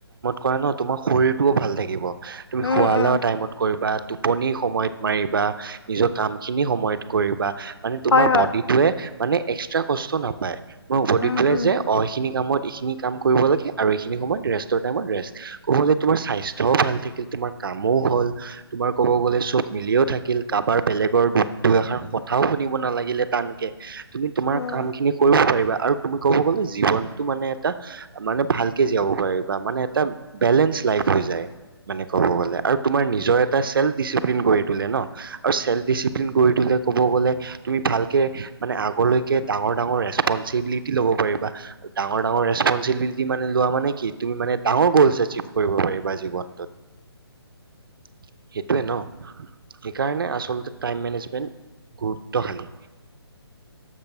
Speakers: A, on the right; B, on the left.
A: কৰা ন তোমাৰ শৰীৰতটোও ভাল থাকিব তুমি
B: উম
A: খুৱাও
B: উম
A: টাইমত কৰিবা টোপনি সময়ত মাৰিবা নিজৰ কাম খিনি সময়ত কৰিবা- মানে তোমাৰ
B: হয় হয়
A: বডিটোৱে মানে এক্সট্ৰা কষ্ট নাপায় মোৰ বডিটয়ে
B: উম উম
A: যে অহে খিনি কামত এইখিনি কাম কৰিব লাগে আৰু এইখিনি সময়ত ৰেষ্টৰ টাইমত ৰে কৰিব তোমাৰ স্বাস্থ্যও ভাল থাকিল তোমাৰ কামো হল তোমাৰ ক'ব গ'লে চব মিলিও থাকিল কাৰোবাৰ বেলেগৰ দুইষাৰ কথাও শুনিব নালাগিলে টানকে তুমি তোমাৰ
B: উম
A: কাম খিনি কৰিব পাৰিবা আৰু তুমি ক'ব গলে জীৱনটো মানে এটা মানে ভালকে জীয়াব পাৰিবা মানে এটা বেলেঞ্চ লাইফ হৈ যায়। মানে ক'ব গ'লে আৰু তোমাৰ নিজৰ এটা চেল ডিচিপ্লিন কৰি তোলে ন' আৰু চেল ডিচি প্লিন কৰি তোলে কব গলে তুমি ভালকে মানে আগলৈকে ডাঙৰ - ডাঙৰ ৰেচপঞ্চিবিলিটি লব পাৰিবা ডাঙৰ - ডাঙৰ ৰেস্পঞ্চিবিলিটি মানে লোৱা মানে কি তুমি মানে ডাঙৰ গল এচিভ কৰিব পাৰিবা। জীৱনটোত সেইটোৱে ন'সেইকাৰণে আচলতে টাইম মেনেজমেন্ট গুৰুত্বশালী